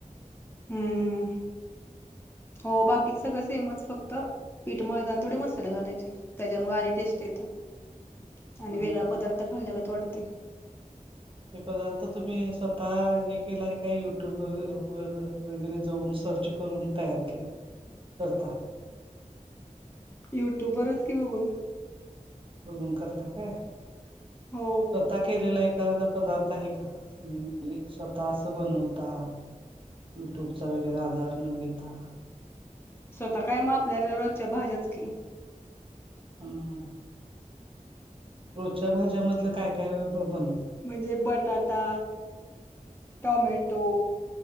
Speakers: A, on the left; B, on the right.
A: हम् हम.... हो बाकीच सगळं सेमच फक्त पीठमळत आणि थोडे मसाले घालायचे.... त्याच्यामुळे आणि टेस्ट येत आणि
B: हम्म
A: वेगळा पदार्थ खाल्ल्यागत वाटतय...
B: हे पदार्थ तुम्ही स्वतः हे केलाय काय युट्यूब व वगैरे जाऊन सर्च. करून तयार करता....
A: युट्यूब वरच की बघून....
B: बघून करता काय
A: हो
B: स्वतः केलेलं एक.... पदार्थ आहे का तुम्ही म्हणजे स्वतः अस बनवता... युट्युबचा वगैरे आधार न घेता....
A: स्वतः काय म आपल्याला रोजच्या भाज्याच की....
B: ह.... रोजच्या भाज्यामधलं काय? हे बन....
A: म्हणजे बटाटा टोमॅटो...